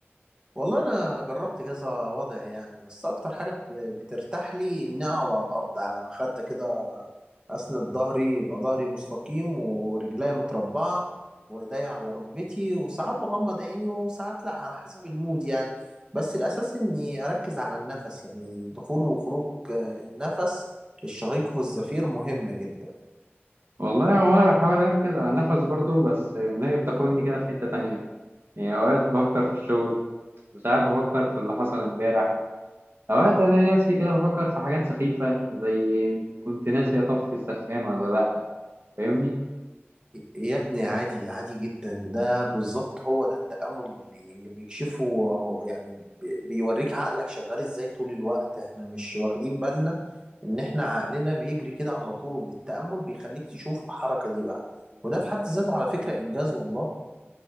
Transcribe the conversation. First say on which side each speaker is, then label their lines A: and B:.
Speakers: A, on the right; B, on the right.
A: والله انا جربت كذا وضع يعني بس اكتر حاجه بت- بترتاح لي اني اقعد على الارض على مخده كده اسند ظهري يبقى ظهري مستقيم ورجليا متربعه وايديا على ركبتي وساعات بغمض عيني وساعات لا على حسب المود يعني بس الاساس اني اركز على النفس يعني دخول وخروج آه، النفس الشهيق والزفير مهم جدا
B: والله هو انا بحاول اركز على النفس برضو بس النهاية بتاخدني كده في حتة تانية يعني اوقات بفكر في الشغل وساعات بفكر في اللي حصل امبارح اوقات انا نفسي كده بفكر في حاجات سخيفة زي كنت ناسي اطفي السخان ولا لا فاهمني
A: يا ابني عادي عادي جدا ده بالظبط هو ده التأمل اللي, اللي بيكشفه يعني بي- بيوريك عقلك شغال ازاي طول الوقت احنا مش واخدين بالنا ان احنا عقلنا بيجري كده على طول التأمل بيخليك تشوف الحركة دي بقى وده في حد ذاته على فكرة إنجاز والله